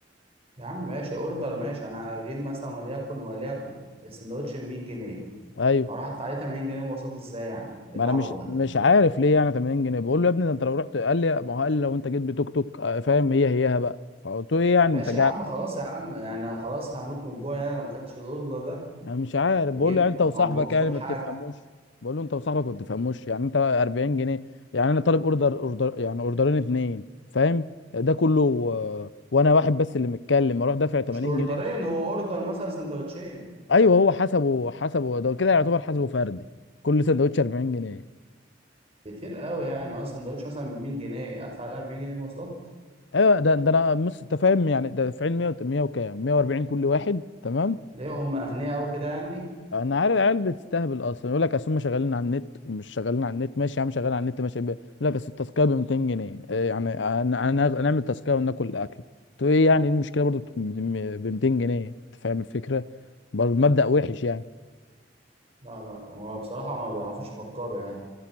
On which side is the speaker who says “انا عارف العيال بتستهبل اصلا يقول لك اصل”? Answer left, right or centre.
Left